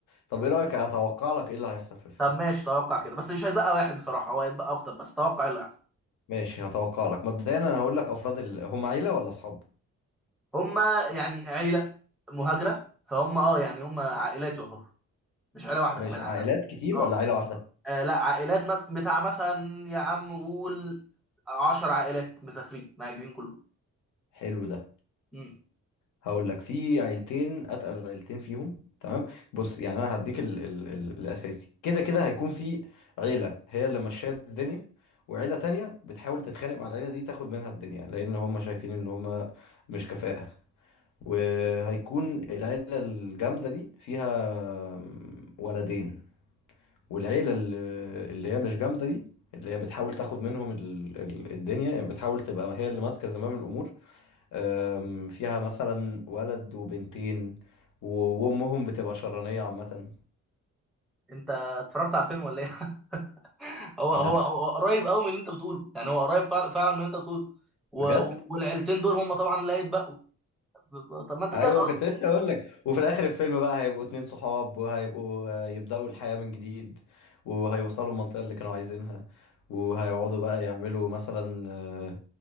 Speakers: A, on the left (about 80°); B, in the centre.
A: طب ايه رأيك اتوقع لك ايه اللي هيحصل في الفيلم
B: طب ماشي توقع كده بس مش هيتبقى واحد بصراحه هو هيتبقى اكتر بس توقع اللي هيحصل
A: ماشي هتوقع لك مبدئيا انا هقول لك افراد ال... هم عيلة ولا اصحاب
B: هما يعني عيله مهاجره فهم اه يعني هم عائلات يعتبر مش عيله واحده
A: ماشي
B: كمان
A: عائلات
B: عائلات
A: كتير
B: اه
A: ولا عيلة واحدة
B: آه، لا عائلات مس... بتاع مثلا يا عم قول 10 عائلات مسافرين مهاجرين كلهم
A: حلو ده
B: مم.
A: هقول لك في عيلتين اتقل عيلتين فيهم تمام بص يعني انا هديك ال... ال... ال... الاساسي كده كده هيكون في عيلة هي اللي ماشية الدنيا وعيلة تانية بتحاول تتخانق مع العيلة دي تاخد منها الدنيا لان هم شايفين ان هم مش كفاءة وهيكون العيلة الجامدة دي فيها ولدين والعيلة اللي اللي هي مش جامدة دي اللي هي بتحاول تاخد منهم ال- ال- الدنيا يعني بتحاول تبقى هي اللي ماسكة زمام الأمور أم، فيها مثلا ولد وبنتين و- وأمهم بتبقى شرانية عامة
B: انت اتفرجت على الفيلم ولا ايه؟ هو
A: لا
B: هو هو قريب قوي من اللي انت بتقوله يعني هو قريب فعلا فعلا من اللي انت بتقوله و-
A: بجد
B: و- والعيلتين دول هم طبعا اللي هيتبقوا ب- ب- طب ما انت
A: ايوه
B: كده خلاص
A: كنت لسه اقول لك وفي الاخر الفيلم بقى هيبقوا اتنين صحاب وهيبقوا آه، يبداوا الحياه من جديد وهيوصلوا المنطقه اللي كانوا عايزينها وهيقعدوا بقى يعملوا مثلا آه،